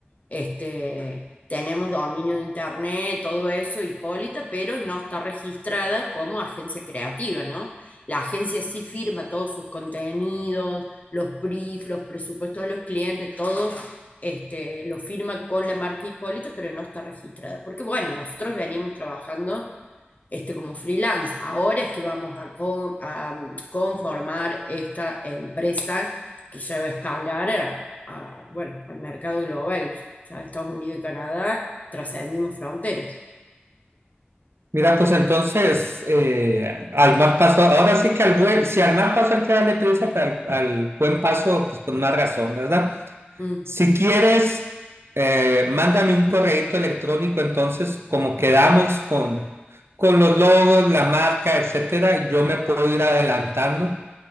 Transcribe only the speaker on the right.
Mira, pues entonces, eh, al más paso, ahora sí que al buen, si al mal paso hay que darle prisa, pues, al, al buen paso, pues con más razón, ¿verdad?
Si quieres, eh, mándame un correíto electrónico, entonces, como quedamos con, con los logos, la marca, etcétera, yo me puedo ir adelantando